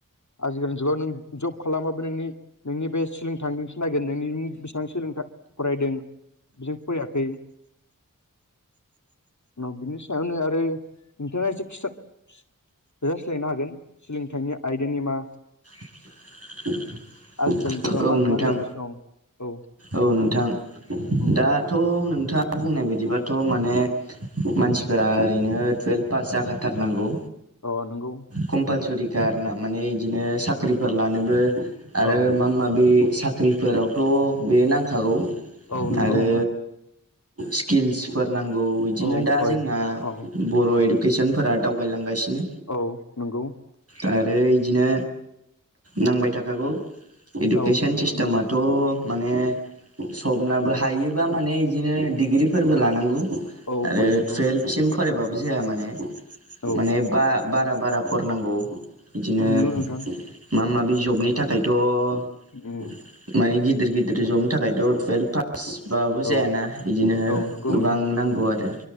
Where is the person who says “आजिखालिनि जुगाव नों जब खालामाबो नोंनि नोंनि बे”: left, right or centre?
Left